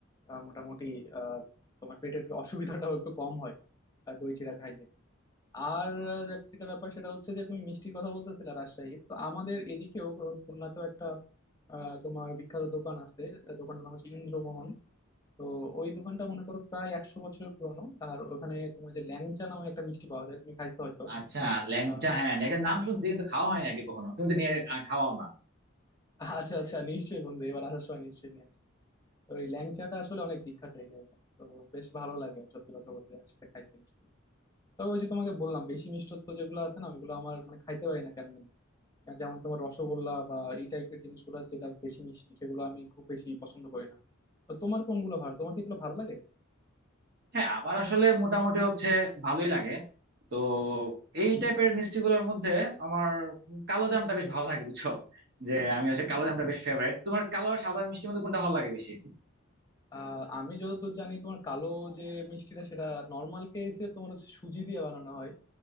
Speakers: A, on the left; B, on the right.
A: আহ, মোটামুটি আহ, তোমার পেটের অসুবিধাটাও একটু কম হয় আহ, দই চিড়া খাইলে আর আহ, যে- যেটা ব্যাপার সেটা হচ্ছে যে তুমি মিষ্টির কথা বলতেছিলে রাজশাহীর তো আমাদের এদিকেও আহ, খুলনাতেও একটা আহ, তোমার বিখ্যাত দোকান আছে আহ, দোকানটার নাম হচ্ছে ইন্দ্রমোহন তো ওই দোকানটা মনে করো প্রায় একশো বছরের পুরনো আর ওখানে তোমার যে ল্যাংচা নামে একটা মিষ্টি পাওয়া যায় তুমি খাইছো হয়তো
B: আচ্ছা ল্যাংচা
A: আহ
B: হ্যাঁ ল্যাংচার নাম শুনছি কিন্তু খাওয়া হয়নি আর কি কখনো তুমি তো নিয়ে আহ, খাওয়াও না
A: <laughs> আচ্ছা আচ্ছা নিশ্চয়ই বন্ধু এবার আসার সময় নিশ্চয়ই নিয়ে আসবো। তো ওই ল্যাংচাটা আসলে অনেক বিখ্যাত এই জায়গা তো বেশ ভালো লাগে সত্যি কথা বলতে একসাথে খাইতে মিষ্টি তবে ওই যে তোমাকে বললাম বেশি মিষ্টত্ব যেগুলো আছে না ওইগুলো আমার মানে খাইতে পারি না কেন জানি আহ যেমন তোমার রসগোল্লা বা এই টাইপের জিনিসগুলো যেটা বেশি মিষ্টি সেগুলো আমি খুব বেশি পছন্দ করি না তো তোমার কোনগুলো ভালো তোমার কি এগুলো ভালো লাগে
B: হ্যাঁ আমার আসলে মোটামুটি হচ্ছে ভালোই লাগে তো এই টাইপের মিষ্টি গুলোর মধ্যে আমার কালো জামটা বেশ ভালো লাগে বুঝছো যে আমি হচ্ছে কালো জামটা বেশ ফেভারিট তোমার কালো আর সাদা মিষ্টির মধ্যে কোনটা ভালো লাগে বেশি
A: আহ আমি যতদূর জানি তোমার কালো যে মিষ্টিটা সেটা নর্মাল কেসে তোমার হচ্ছে সুজি দিয়ে বানানো হয়